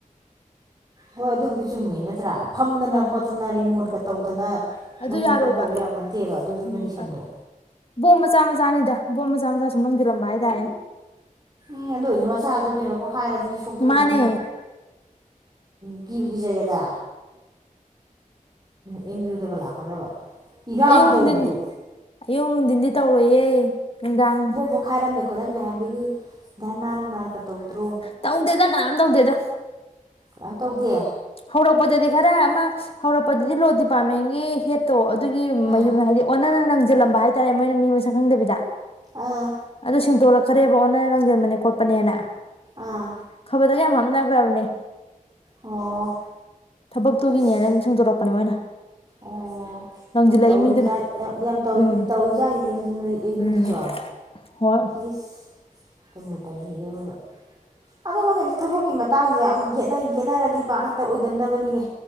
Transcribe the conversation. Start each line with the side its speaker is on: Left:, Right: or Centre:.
Right: ꯍꯣꯏ ꯑꯗꯨꯕꯨꯗꯤ ꯆꯨꯝꯃꯤ ꯅꯠꯇ꯭ꯔꯥ ꯐꯝꯗꯅ
Left: ꯑꯥ
Right: ꯈꯣꯠꯇꯅ ꯔꯤꯃꯣꯠꯀ ꯇꯧꯗꯅ
Left: ꯑꯗꯨ
Right: ꯅꯝꯅ
Left: ꯌꯥꯔꯣꯏꯕ
Right: ꯈꯣꯠꯇ ꯇꯧꯕ ꯌꯥꯕ ꯅꯠꯇꯦꯕ ꯑꯗꯨꯗꯨ
Left: ꯎꯝ
Right: ꯀꯟꯗꯤꯁꯟꯗꯣ
Left: ꯕꯣꯝ ꯃꯆꯥ ꯃꯆꯥꯅꯤꯗ ꯕꯣꯝ ꯃꯆꯥ ꯃꯆꯥ ꯁꯨꯝ ꯅꯪꯁꯤꯜꯔꯝꯕ ꯍꯥꯏꯇꯥꯔꯦꯅꯦ
Right: ꯑꯦ ꯑꯗꯣ ꯍꯧꯖꯤꯛ ꯃꯆꯥꯗꯨꯗꯤ ꯄꯣꯛꯈꯥꯏꯔꯗꯤ ꯁꯣꯛꯇꯣꯔꯤꯅꯤꯅꯦ
Left: ꯃꯥꯅꯦ
Right: ꯀꯤꯕꯨ ꯀꯤꯖꯔꯦꯗꯥ ꯑꯦꯝ ꯌꯨꯗꯒ ꯂꯥꯛꯀꯗꯕ ꯏꯔꯥꯡ
Left: ꯑꯌꯨꯛ ꯅꯨꯡꯊꯤꯟ
Right: ꯇꯧꯕꯗꯣ
Left: ꯑꯌꯨꯛ ꯅꯨꯡꯊꯤꯟꯗꯤ ꯇꯧꯔꯣꯏꯌꯦ ꯅꯨꯡꯗꯥꯡ
Right: ꯄꯣ ꯈꯥꯏꯔꯝ ꯈꯣꯠꯂꯝꯃꯦ ꯍꯥꯏꯕꯒꯤ ꯙꯔꯅꯥ ꯅꯣꯡꯅꯒ ꯇꯧꯗ꯭ꯔꯣ
Left: ꯇꯧꯗ ꯀꯅꯥꯝ ꯇꯧꯗꯦꯗꯥ
Right: ꯀꯩꯅꯝ ꯇꯧꯗꯦ
Left: ꯍꯧꯔꯛꯄꯗꯗꯤ ꯈꯔ ꯑꯃ ꯍꯧꯔꯛꯄꯗꯗꯤ ꯂꯣ ꯗꯤꯄꯥꯔꯠꯃꯦꯟꯒꯤ ꯍꯦꯠꯇꯣ ꯑꯗꯨꯒꯤ
Right: ꯑꯥ
Left: ꯃꯌꯨꯝꯗ ꯍꯥꯏꯗꯤ ꯑꯣꯟꯅ ꯂꯪꯁꯤꯜꯂꯝꯕ ꯍꯥꯏꯇꯥꯔꯦ ꯃꯣꯏꯅ ꯃꯤ ꯃꯁꯛ ꯈꯪꯗꯕꯤꯗ
Right: ꯑꯥ
Left: ꯑꯗꯨꯣ ꯁꯦꯡꯗꯣꯔꯛ ꯈꯔꯦꯕ ꯑꯣꯟꯅ ꯂꯪꯁꯤꯟꯕꯅꯦ ꯈꯣꯠꯄꯅꯦꯅ
Right: ꯑꯥ
Left: ꯈꯕꯔꯗꯒ ꯌꯥꯝ ꯍꯥꯞꯅꯈ꯭ꯔꯕꯅꯦ
Right: ꯑꯣ
Left: ꯊꯕꯛꯇꯨꯒꯤꯅꯦꯅ
Right: ꯏꯁ
Left: ꯑꯗꯨꯝ ꯁꯦꯡꯗꯣꯔꯛꯄꯅꯦ ꯃꯣꯏꯅ
Right: ꯑꯣ
Left: ꯂꯪꯁꯤꯜꯂꯛꯏ
Right: ꯌꯥꯝ ꯇꯧꯔꯤ
Left: ꯃꯤꯗꯨꯅ
Right: ꯌꯥꯝ ꯌꯥꯝ ꯇꯧꯔꯤꯅꯤ
Left: ꯎꯝ
Right: ꯇꯧꯔꯤꯖꯥꯠꯅꯤꯅꯦ ꯑꯗꯨꯗ ꯅꯣꯏ ꯑꯦꯝ ꯌꯌꯨꯗꯨꯁꯨ
Left: ꯎꯝ ꯍꯣꯏ
Right: ꯏꯁ ꯇꯟꯕꯨ ꯇꯟꯂꯤꯍꯦ ꯑꯑꯣꯏꯕꯥ ꯑꯗꯨꯒ ꯀꯗ ꯊꯕꯛꯀꯤ ꯃꯇꯥꯡꯁꯦ ꯌꯥꯝ ꯌꯦ ꯌꯦꯠꯅꯔꯗꯤ ꯄꯥꯛ ꯍꯦꯛꯇ ꯑꯣꯏꯒꯟꯗꯕꯅꯤꯅꯦ